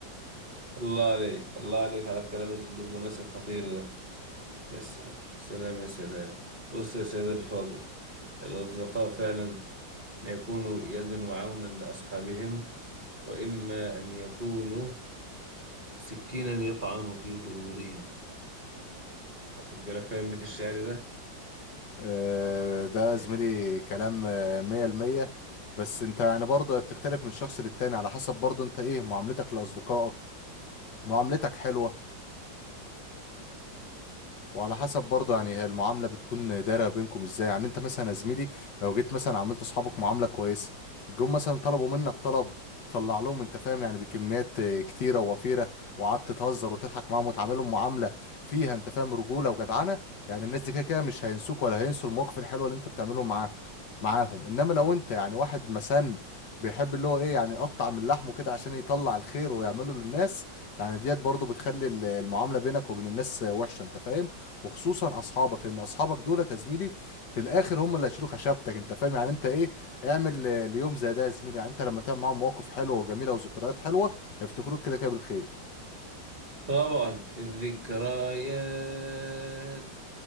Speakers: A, on the right; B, on the left.
A: الله عليك الله عليك على الكلام الدبلوماسي الخطير ده يا سلام سلام يا سلام بص يا سيد الفاضل الأصدقاء فعلا ما يكونوا يدا وعونا لأصحابهم وإما أن يكونوا سكينا يطعن في ظهورهم واخد بالك فاهم بيت الشعر
B: آه، ده
A: ده
B: زميلي كلام آه، مية المية بس انت يعني برضه بتختلف من شخص للتاني على حسب برضه انت ايه معاملتك لأصدقائك معاملتك حلوة وعلى حسب برضه يعني هي المعامله بتكون دايره بينكم ازاي يعني انت مثلا يا زميلي لو جيت مثلا عملت اصحابك معامله كويسه جم مثلا طلبوا منك طلب تطلع لهم انت فاهم يعني بكميات آه، كتيره ووفيره وقعدت تهزر وتضحك معاهم وتعاملهم معامله فيها انت فاهم رجوله وجدعنه يعني الناس دي كده كده مش هينسوك ولا هينسوا المواقف الحلوه اللي انت بتعمله معاك معاهم انما لو انت يعني واحد مسن بيحب اللي هو ايه يعني يقطع من لحمه كده عشان يطلع الخير ويعمله للناس يعني ديت برضه بتخلي ال- المعامله بينك وبين الناس آه، وحشه انت فاهم وخصوصا اصحابك لان اصحابك دول يا زميلي في الاخر هم اللي هيشيلوا خشبتك انت فاهم يعني انت ايه اعمل آه، ليوم زي ده يا زميلي يعني انت لما تعمل معاهم مواقف حلوه وجميله وذكريات حلوه هيفتكروك كده كده بالخير
A: طبعا الذكريات